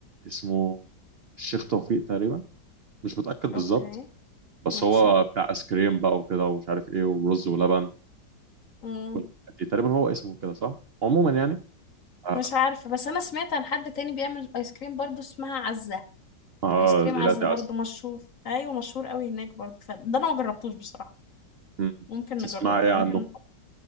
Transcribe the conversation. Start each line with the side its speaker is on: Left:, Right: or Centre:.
Right: اسمه الشيخ توفيق تقريبا مش متأكد بالظبط
Left: اوكي
Right: بس
Left: ماشي
Right: هو بتاع ايس كريم بقى وكده ومش عارف ايه ورز ولبن
Left: مم.
Right: والحاجات دي تقريبا هو اسمه كده صح عموما يعني اه,
Left: مش عارفة بس انا سمعت عن حد تاني بيعمل ايس كريم برضو اسمها عزة
Right: آه
Left: ايس كريم
Right: جيلاتي
Left: عزة برضو
Right: عسل
Left: مشهور ايوه مشهور قوي هناك برضو فده انا ما جربتوش بصراحة
Right: م-
Left: ممكن
Right: تسمع
Left: نجربه
Right: ايه عنه
Left: ممكن